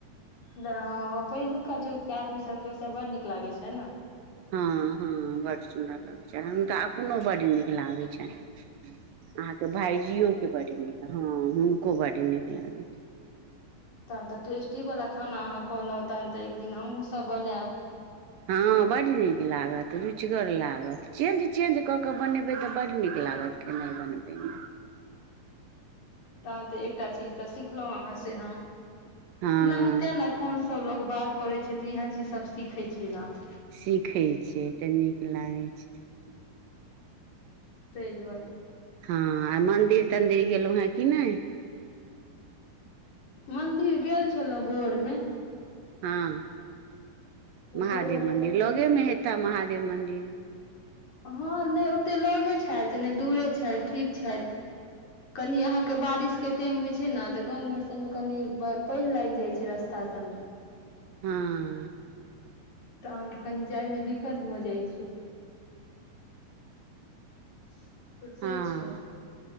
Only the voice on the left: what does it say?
नहीं हँ पहिलुका जुग के आदमी सबके ओ सब बड़ नीक लागे छैन नऽ
तहन तऽ टेस्टी वाला खाना अहाँ कहलहुँ तहन तऽ एक दिन हमहुँसभ बनायब
तहन तऽ एकटा चीज तऽ सिखलहुँ अहाँ से हम
नही तें ने फोनसँ लोक स बात करै छै तऽ इएह चीज सब सिखै छै नऽ
तऽहि दुआरे
मंदिर गेल छलहुँं भोर मऽ
भोरे
भोरे
तऽ
हँ नहि ओते लगे छथि नहि दूरे छथि ठीक छथि कनि अहाँ के बारिश के टाइम होय छै ने तऽ गाँंव घर सब मे कनी पानि लागि जाए छै रस्ता सब में
तऽ अहाँ के कनि जाइमे दिक्कत भऽ जाइत छै <inaudible> तऽ से
छै